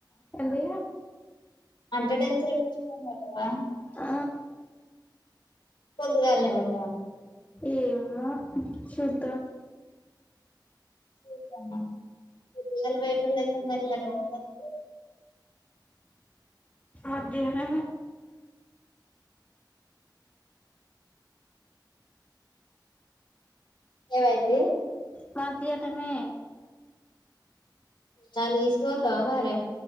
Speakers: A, on the left (about 20°); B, on the left (about 80°).
A: ఏంది
B: అంటడెన్స్ ఏపిచ్చుకోని పోతావా
A: ఆ
B: పొద్దిగాల్నే పోతావా
A: ఏమో చూద్దాం
B: చూద్దామా పొద్దిగాల బయటకి పోతే మరి ఈయాల వంటయ్యిద్దా అయిపో
A: అధ్యన
B: ఏమైంది
A: కాంతీయటమే
B: దాన్ని తీసుకు పోతావా మరి